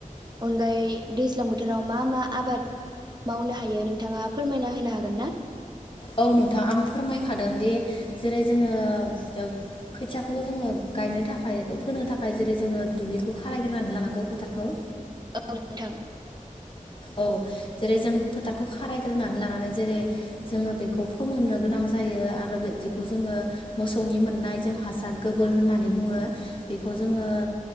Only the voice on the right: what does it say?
अनगायै दैज्लां बोथोराव मा मा आबाद मावनो हायो नोंथाङा फोरमायना होनो हागोन ना?
औ नोंथां